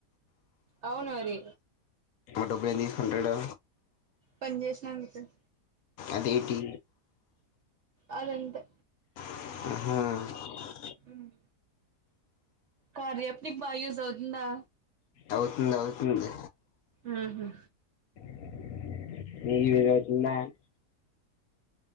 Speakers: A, on the right; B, on the left.
A: అవును అది
B: మారి డబ్బేన్ ఎందుకు తీసుకుంటాడు.
A: పని చేసిన మీతోనె
B: అదేటి
A: అదంతే
B: అహ
A: మ్ కార్యప్ నీకు బాగ యూజ్ అవుతుందా
B: అవుతుంది అవుతుంది
A: ఉహు
B: <unintelligible>